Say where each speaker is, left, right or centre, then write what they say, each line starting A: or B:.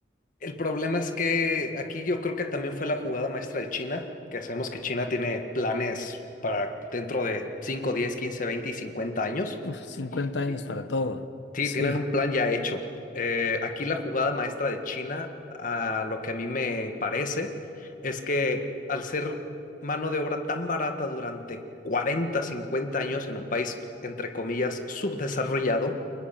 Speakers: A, on the left; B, on the left.
A: el problema es que aquí yo creo que también fue la jugada maestra de China, que sabemos que China tiene planes para dentro de 5 10 15 20 y 50 años.
B: Uf, 50 años
A: Y
B: para todo.
A: Sí,
B: Sí,
A: tienen un plan ya hecho. Eh, aquí la jugada maestra de China, a lo que a mí me parece, es que al ser mano de obra tan barata durante 40, 50 años en un país, entre comillas, subdesarrollado,